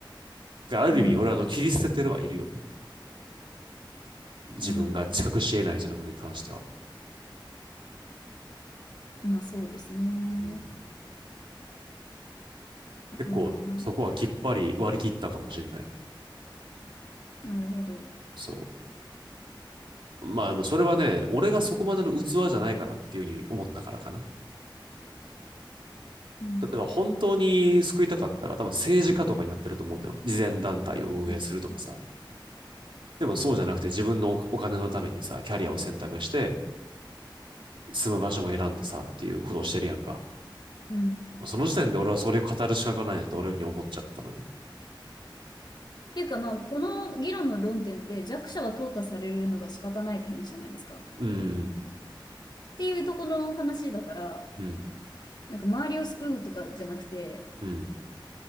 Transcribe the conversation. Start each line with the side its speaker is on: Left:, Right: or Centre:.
Right: ある意味、
Left: うん、
Right: 俺はあの切り捨ててるはいるよね。自分が近くし得ない人のことに関しては。
Left: うん。まあそうですね。
Right: うん、結構、
Left: うん。
Right: そこはきっぱり割り切ったかもしれない。
Left: なるほど。
Right: そう。まあ、でもそれはね、俺がそこまでの器じゃないからっていうふうに思ったからかな。
Left: うん。
Right: 例えば本当に救いたかったら、多分政治家とかになってると思うんだよ。慈善団体を運営するとかさ。
Left: そうですね。
Right: でもそうじゃなくて自分のお金のためにさ、キャリアを選択して、住む場所も選んでさ、っていうことをしてるやんか。
Left: うん。っ
Right: その時点で俺はそれを語る資格がないなって俺ふうに思っちゃったのよ。
Left: ていうか、まあ、この議論の論点って弱者は淘汰されるのが仕方ないって話じゃないですか。っ
Right: うん、
Left: ていうところの話だから、
Right: うん、
Left: なんか周りを救うとかじゃなくて、
Right: うん。